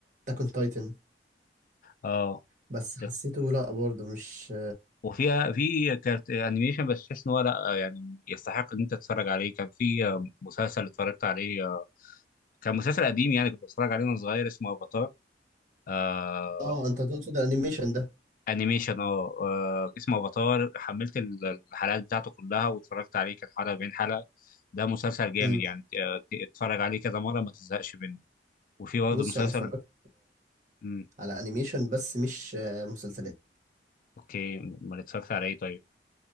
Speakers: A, on the right (about 45°); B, on the left (about 50°).
A: اون تايتن
B: اه
A: بس حسيته
B: ده
A: لا برضه مش
B: وفي في كارت انيميشن بس تحس ان هو لا يعني يستحق ان انت تتفرج عليه كان في آه، مسلسل اتفرجت عليه آه، كان مسلسل قديم يعني كنت بتفرج عليه وانا صغير اسمه افاتار آه،
A: اه انت تقصد الانيميشن ده
B: انيميشن اه آه، اسمه افاتار حملت ال- الحلقات بتاعته كلها واتفرجت عليه كان حلقه بين حلقه ده مسلسل جامد
A: مم.
B: يعني آه، ت- اتفرج عليه كذا مره ما تزهقش منه وفي برضه
A: بص
B: مسلسل
A: انا اتفرجت
B: مم.
A: على انيميشن بس مش آه، مسلسلات
B: اوكي ما اتفرجت على ايه طيب